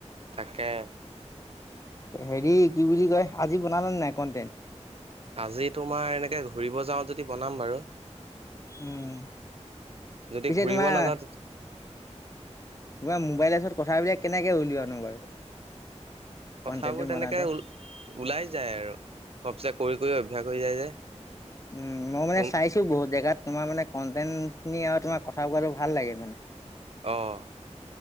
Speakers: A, on the right; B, on the left.
A: তাকে
B: হেৰি কি বুলি কয় আজি বনালে নাই কণ্টেণ্ট
A: আজি তোমাৰ এনেকে ঘূৰিব যাওঁ যদি বনাম বাৰু।
B: উম,
A: যদি
B: পিছে
A: ঘূৰিব
B: তোমৰ
A: নাযাওঁ তেতিয়া
B: বা মোবাইলৰ ওচৰত কথা বিলাক কেনেকে হ'লওনো বাৰু?
A: কথাবোৰ
B: কন্টেন্টটো
A: তেনেকে
B: বনাওঁতে?
A: ওলাই যায় আৰু, অফ চে কৰি কৰি অভ্যাস হৈ যায় যে।
B: উম, মই মানে
A: তুম
B: চাইছো বহুত জেগাত তোমাৰ মানে কন্টেন্ট খিনি আৰু তোমাৰ কথা কোৱাটো ভাল লাগে মানে।
A: অ'।